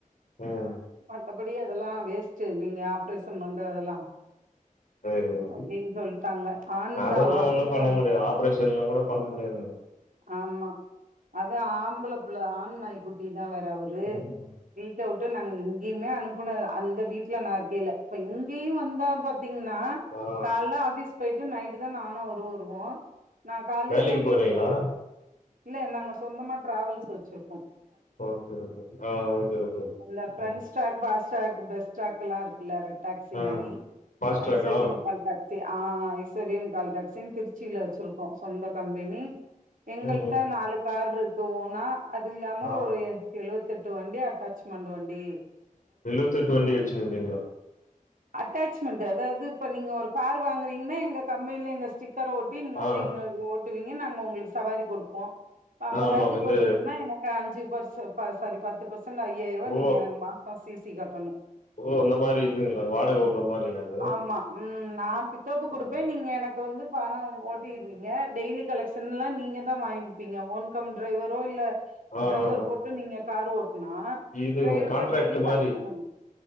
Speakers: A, on the left (about 70°); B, on the right (about 75°).
A: ம்
B: மத்தபடி அதெல்லா வேஸ்ட் செரி நீங்க ஆப்ரேசன் பண்றதெல்லா
A: <unintelligible>
B: அப்டின்னு
A: செரி
B: சொல்ட்டாங்க ஆண்
A: அதெல்லா
B: தா ஆண்கள
A: ஒண்ணு பண்ண முடியாது ஆப்ரேஷனெல்லா கூட பண்ண முடியாதுங்க
B: ஆமா அது ஆம்பள புள்ள ஆண் நாய் குட்டி தா வேற அவுரு
A: ம்
B: வீட்ட ட்டு நாங்க எங்கயுமே அனுப்பள அந்த வீட்ல நா இருக்கயிலே இப்ப இங்கெயு வந்தா ப தீங்னா
A: ஆ
B: கால்ல ஆபீஸ் போய்ட்டு நைட்டு தா நானு அவுரு வருவோ நா கால்லே
A: வேலைக்கு
B: ஊட்டிட்
A: போறீங்களா
B: போய்ருவ இல்ல நாங்க சொந்தமா ட்ரேவல்ஸ் வெச்சுருக்கோ
A: ஓகே ஓகே ஆஹ் ஓகே ஓகே
B: அந்த friends
A: ஆஹ்
B: talk fast talk best டாகெல்லா இருக் இல்ல ரெட் டேக்ஸி
A: ஆ
B: மாரி
A: ஃபாஸ்ட் ட்ராக்கா
B: ஐஸ்வர்யம் கால்டேக்ஸி ஆஹ் ஐஸ்வவர்யம் கால் டேக்ஸின்னு திருச்சில வெச்சுருக்கோ சொந்த கம்பெனி எங்கள்ட்ட
A: ம் ம்
B: நாலு கார் இருக்குவோனா அது இல்லாம
A: ஆ
B: ஒரு எழுப தெட்டு வண்டி அட்டேச்மெண்ட் வண்டி
A: எழுவத்தெட்டு வண்டி வெச்சுன்னுக்கிறீங்களா
B: அட்டேச்மெண்ட் அதாவ்து இப்ப நீங்க ஒரு கார் வாங்குறீங்கன்னா எங்க கம்பேனில எங்க ஸ்டிக் சார் ஓட்டின்னு நீங்க
A: ஆ
B: வந்து எங்களுக்கு ஓட் ஒட்டுவீங்க நாங்க உங்களுக்கு சவாரி கொடுப்போம் ப்ப ஐம்பதாயிரத்து
A: ஆமா இந்த
B: ஓடட்டனீங்கன்னா எனக்கு அஞ்சு பார்சு பா சாரி பத்து பெர்சென்ட் <unintelligible> ஐயாயிரம் ரூபா
A: ஓ
B: நீங்க எனக்கு மாசம் சிசி கட்டணும்
A: ஓ அந்த மாரி இதுங்களா வாடக விடுற மாரியா அது
B: ஆமா ம் நான் பிக்கப்பு
A: ஆ
B: கொடுப்பேன் நீங்க எனக்கு வந்து பணம் ஓட்டிருவீங்க டெய்லி கலெக்ஷன் எல்லாம் நீங்க தான் வாங்கி வைப்பீங்களாம் ஓன்கம் டிரைவரோ இல்ல
A: ஆ
B: டிரைவர்
A: ஆ.
B: போட்டு நீங்க காரு ஓட் நான்
A: இது
B: ட்ரைவர்ட்டே
A: கான்ட்ராக்ட்
B: டெய்லி கலெக்ட்
A: மாரி
B: பண்ணனும்